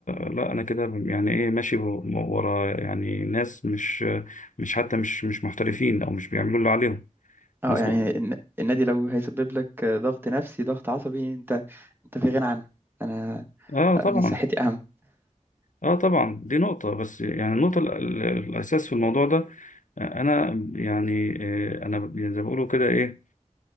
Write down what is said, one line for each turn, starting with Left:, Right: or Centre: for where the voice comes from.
Left: لا انا كده يعني ايه ماشي ب- ورا يعني ناس مش مش حتى مش مش محترفين او مش بيعملوا اللي عليهم
Right: اه
Left: ناس
Right: يعني
Left: مق...
Right: الن- النادي لو هيسبب لك ضغط نفسي ضغط عصبي انت انت في غنى عنه انا
Left: اه طبعا
Right: انا صحتي اهم
Left: اه طبعا دي نقطة بس يعني النقطة ال- ال- الاساس في الموضوع ده آه، انا يعني آه، انا ب- زي ما بيقولوا كده ايه